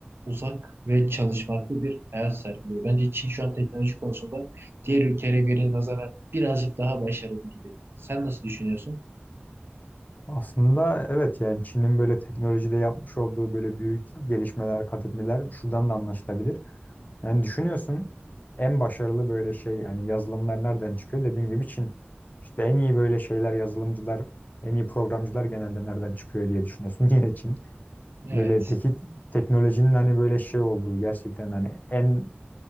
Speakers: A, on the right; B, on the left.
A: uzak ve çalışmaklı bir hayat sergiliyor. Bence Çin şu an teknoloji konusunda diğer ülkelere göre nazaran birazcık daha başarılı gibi. Sen nasıl düşünüyorsun?
B: Aslında evet yani Çin'in böyle teknolojide yapmış olduğu böyle büyük gelişmeler, kat etmeler şuradan da anlaşılabilir. Yani düşünüyorsun en başarılı böyle şey yani yazılımlar nereden çıkıyor? Dediğin gibi Çin. İşte en iyi böyle şeyler yazılımcılar, en iyi programcılar genelde nereden çıkıyor diye düşünüyorsun. <laughs> Yine Çin.
A: Evet.
B: Böyle peki teknolojinin hani böyle şey olduğu gerçekten hani en